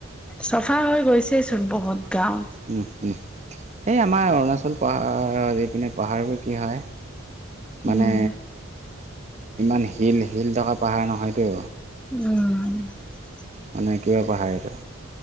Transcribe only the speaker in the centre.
চফা হৈ গৈছেইচোন বহুত গাঁৱত
উম।
উম'।